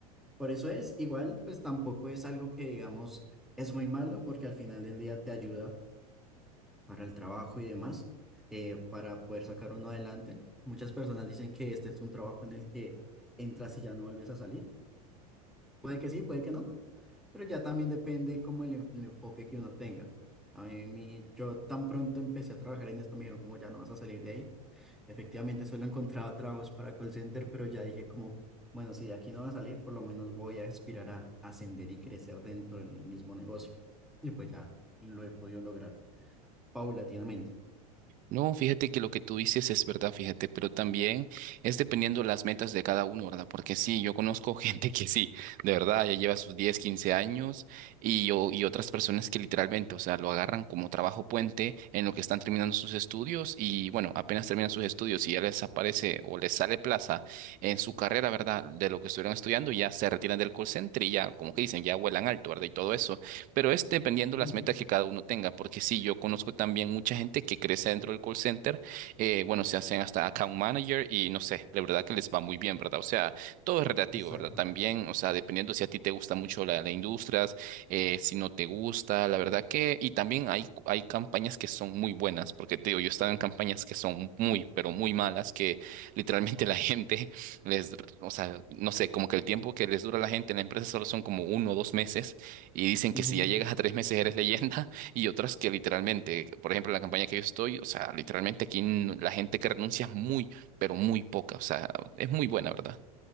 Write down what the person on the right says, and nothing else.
No, fíjate que lo que tú dices es verdad, fíjate, pero también es dependiendo las metas de cada uno, ¿verdad? Porque sí, yo conozco <laughs> gente que sí, de verdad, ya lleva sus 10, 15 años y, o y otras personas que literalmente, o sea, lo agarran como trabajo puente en lo que están terminando sus estudios y bueno, apenas terminan sus estudios y ya les aparece o les sale plaza en su carrera, ¿verdad? De lo que estuvieron estudiando, ya se retiran del call center y ya, como que dicen, ya vuelan alto, ¿verdad? Y todo eso. Pero es dependiendo
las metas que cada uno tenga, porque sí, yo conozco también mucha gente que crece dentro del call center, eh, bueno, se hacen hasta account manager y no sé, la verdad que les va muy bien, ¿verdad? O sea, todo es relativo,
¿verdad? También, o sea, dependiendo si a ti te gusta mucho la, la industria, eh, si no te gusta, la verdad que, y también hay, hay campañas que son muy buenas, porque te digo, yo he estado en campañas que son muy, pero muy malas, que literalmente la <laughs> gente les, o sea, no sé, como que el tiempo que les dura a la gente en la empresa solo son como uno o dos meses y dicen que
si ya llegas a tres meses eres leyenda <laughs> y otras que literalmente, por ejemplo, la campaña que yo estoy, o sea, literalmente aquí n- la gente que renuncia es muy, pero muy poca, o sea, es muy buena, ¿verdad?